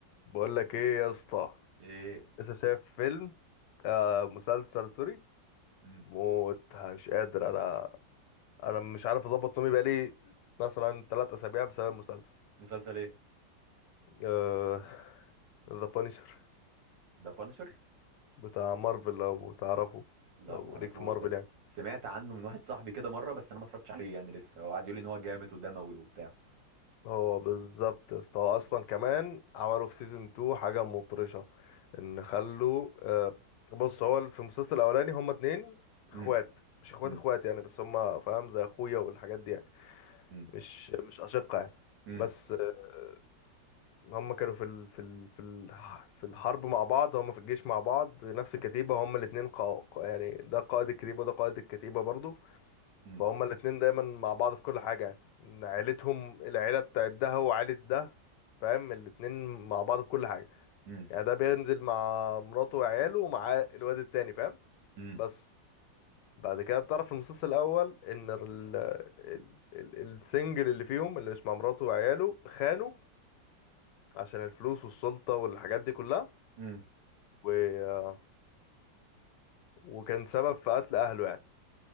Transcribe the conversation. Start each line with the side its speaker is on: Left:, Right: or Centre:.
Left: بقول لك ايه يا اسطى
Right: ايه
Left: لسه شايف فيلم آه مسلسل سوري
Right: امم
Left: موت مش قادر انا انا مش عارف اظبط نومي بقالي مثلا ثلاث اسابيع بسبب المسلسل
Right: مسلسل ايه
Left: آه ذا بانشر
Right: ده بانشر
Left: بتاع مارفل لو تعرفه
Right: لا
Left: لو
Right: ما اعرفوش
Left: ليك في مارفل
Right: ده
Left: يعني
Right: سمعت عنه من واحد صاحبي كده مره بس انا ما اتفرجتش عليه يعني لسه هو قاعد يقول لي ان هو جامد ودموي وبتاع
Left: هو بالظبط يا اسطى هو اصلا كمان عملوا في سيزون 2 حاجه مطرشه ان خلوا آه بص هو في المسلسل الاولاني هما اتنين اخوات
Right: امم
Left: مش اخوات
Right: امم
Left: اخوات يعني بس هما فاهم زي اخويا والحاجات دي يعني.
Right: امم
Left: مش مش أشقة يعني
Right: امم
Left: بس بس هم كانوا في ال... في ال... في ال... في الحرب مع بعض هم في الجيش مع بعض نفس الكتيبة هم الاتنين قا... قا- يعني ده قائد الكتيبة وده قائد الكتيبة برضو
Right: امم
Left: فهم الاتنين دايما مع بعض في كل حاجة يعني إن عيلتهم العيلة بتاعت ده وعيلة ده فاهم الاتنين مع بعض في كل حاجة
Right: امم
Left: يعني ده بينزل مع مراته وعياله ومع الواد التاني فاهم
Right: امم
Left: بس بعد كده بتعرف في المسلسل الأول إن ال... ال... ال... السنجل اللي فيهم اللي مش مع مراته وعياله خانوا عشان الفلوس والسلطة والحاجات دي كلها
Right: امم
Left: و... وكان سبب في قتل أهله يعني